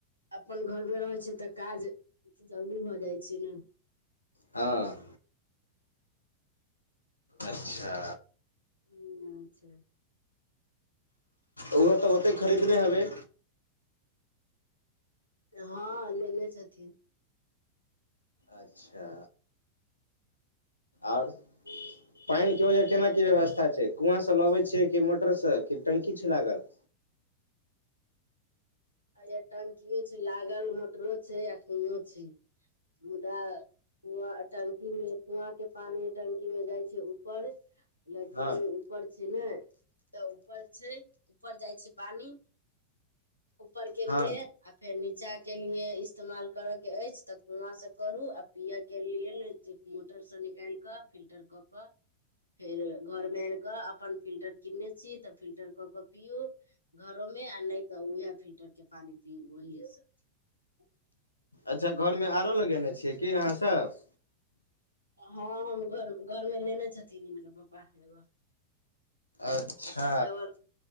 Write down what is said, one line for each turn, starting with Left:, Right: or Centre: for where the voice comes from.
Right: अपन घरमे रहैत छै तऽ काज जल्दी भऽ जाइ छै ने
Left: हँ अच्छा
Right: हूं अच्छा
Left: ओहहो तऽ ओते खरीदने हेबै
Right: हँ लेले छथिन
Left: अच्छा आर पानि के ओहिज केना की व्यवस्था छै कुआँसँ लबैत छियै कि मोटरसँ कि टंकी छै लागल
Right: अइयो टंकियो छै लागल मोटरो छै आ कुंओ छै मुदा कुआ टंकी मे कुआँ के पानी टंकी में जाइ छै ऊपर लाइटिंग
Left: हँ
Right: ऊपर छै ने तऽ ऊपर छै ऊपर जाइ छै पानी ऊपर केलियै
Left: हँ
Right: आ फेर नीचा केलियै इस्तेमाल करऽके अछि तऽ कुआँसँ करू आ पिऽके लेल जे मोटर स निकालि कऽ फिल्टर क कऽ फेर घर मे आन कऽ अपन फिल्टर किनने छी तऽ फिल्टर क के पियू घरोमे आ नहि तऽ उएह फिल्टर के पानि पीबू उहे सब
Left: अच्छा घरमे आरो लगेने छियै
Right: छोड़
Left: की अहाँसभ
Right: हँ हम घर घरमे लेने छथिन हिनकर पप्पा एगो
Left: अच्छा
Right: डबल